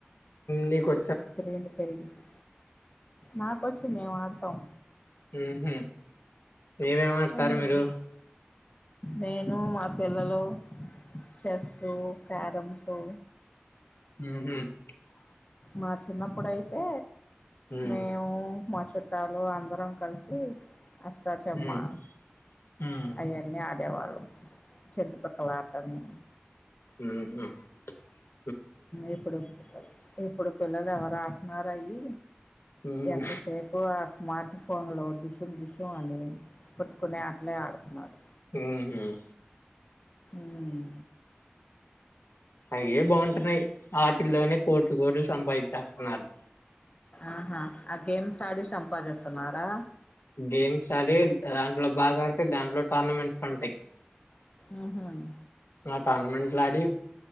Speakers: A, on the left; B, on the left.
A: న కొ
B: ఇప్పుేడి పెరిగితి నాకొచ్చి మేం ఆడతాం
A: ఆహ ఏమేమిమంటతారు
B: మ్మ్.
A: మీరు
B: నేను మా పిల్లలు చెస్సు క్యారమ్స్ స
A: హ
B: మా చిన్నప్పుడుయితే
A: హ్మ్.
B: మేము కుంకుమ చుట్టాలు అందరం కలిసి అస్తార్చమ్మ
A: హ్మ్. హ్మ్.
B: అవన్నీ ఆ దవాలు చింతపక్కల ఆటను
A: మ్మ్ హ్మ్
B: ఎప్పుడు ఇప్పుడు పిల్లలు ఎవరు హాఫ్ అన్ అవర్ అయ్యి
A: హ్మ్.
B: ఎంతసేపు ఆ స్మార్ట్ ఫోన్లో డిషుం డిష్యుం అని కొట్టుకునే ఆటలే ఆడుతున్నారు
A: మ్మ్ హ్మ్
B: ఉహుం
A: అయే బాగుంటున్నాయి వాటిల్లోనే కోట్లు కోట్లు సంపాయించేస్తున్నారు
B: ఆహా ఆ గేమ్స్ ఆడి సంపాదిత్తున్నారా
A: గేమ్స్ ఆడేగ్ రాన్ లో బాగా ఆడితే దాంట్లో టోర్నమెంట్ ఉంటయ్
B: ఉహుమ్మ్
A: ఆ టోర్నమెంట్లాడి